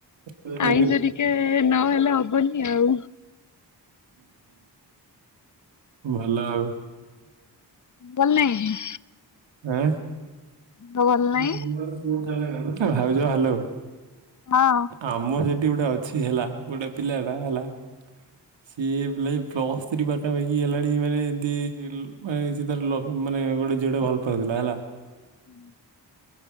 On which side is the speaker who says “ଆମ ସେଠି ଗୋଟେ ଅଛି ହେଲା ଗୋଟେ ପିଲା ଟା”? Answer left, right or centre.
Right